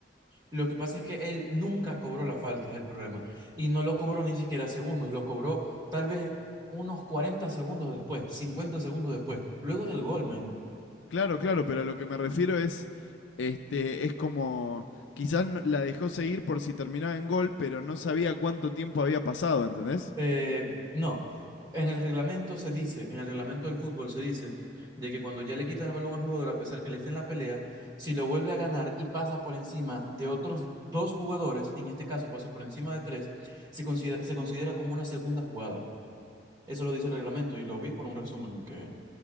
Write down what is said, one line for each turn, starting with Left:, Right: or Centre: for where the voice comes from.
Right: Lo que pasa es que él nunca cobró la falta, es el problema. Y no lo cobró ni siquiera segundos, lo cobró tal vez unos 40 segundos después, 50 segundos después, luego del gol, man.
Left: Claro, claro, pero lo que me refiero es, este, es como, quizás no- la dejó seguir por si terminaba en gol, pero no sabía cuánto tiempo había pasado, ¿entendés?
Right: Eh, no, en el reglamento se dice, en el reglamento del fútbol se dice de que cuando ya le quitan el balón al jugador, a pesar que le esté en la pelea, si lo vuelve a ganar y pasa por encima de otros dos jugadores, en este caso pasó por encima de tres, se considera, se considera como una segunda jugada. Eso lo dice el reglamento y lo vi por un resumen que,